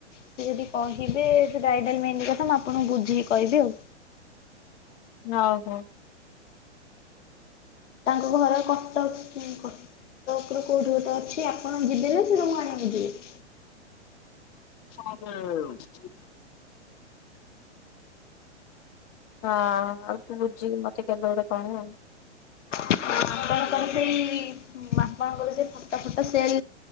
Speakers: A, on the left; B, on the left.
A: ସେ ଯଦି କହିବେ ସେ ବ୍ରାଇଡାଲ୍ ମେହେନ୍ଦି କଥା ମୁଁ ଆପଣଙ୍କୁ ବୁଝିକି କହିବି ଆଉ।
B: ନ ହୋଉ।
A: ତାଙ୍କ ଘର କଟକ ଲିଙ୍କୋ। ତକରୁ କୋଉଠି ଗୋଟେ ଅଛି ଆପଣ ଯିବେ ନାଁ ସେ ତମୁକୁ ଆଣିବାକୁ ଯିବେ?
B: ହଁ ଯେ <unintelligible> ହଁ ଆଉ ତୁ ବୁଝିକି ମତେ କେବେ ଗୋଟେ କହ।
A: ଆଉ କଣ ତମେ ସେଇ ଆପଣଙ୍କର ସେ ଫଟା ଫଟା ସେଲ୍